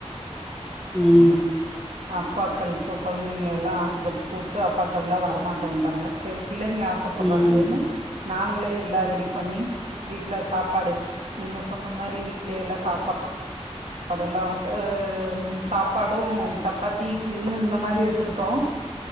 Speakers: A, in the centre; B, on the right.
A: ம்
B: அப்பாக்கள் இப்ப கொழந்தைங்க எல்லா ஆசப்பட்டு கூப்ட்டு அப்பாக்கள்ல்லா வரமாட்டோன்ட்டாங்க செரி பிள்ளைங்க ஆசப்பட்றாங்களேன்னு
A: ம் ம்
B: நாங்களே எல்லா ரெடி பண்ணி வீட்ல சாப்பாடு நீங்க சொன்ன மாரி வீட்லயே எல்லா சாப்பாடெல்லா ஏ சாப்பாடு சப்பாத்தி இட்லினு இந்த மாரி எடுத்துக்கிட்டோ